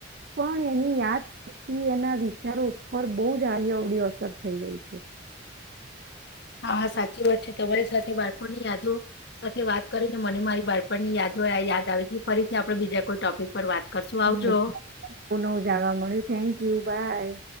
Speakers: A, on the right; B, on the left.
A: પણ એની યાદ શક્તિ એના વિચારો ઉપર બહ જ આ અવડીી અસર થઈ રહી છે.
B: હા હા સાચી વાત છે તમારી સાથે બાળપણની યાદો સાથે વાત કરીને મને મારી બાળપણ ની યાદો યાદ આવી ગઈ ફરીથી આપડે બીજા કોઈ ટોપિક પર વાત. કરશું આવજો
A: બ નવું જાણવા મળ્યું થેન્કયુ બાય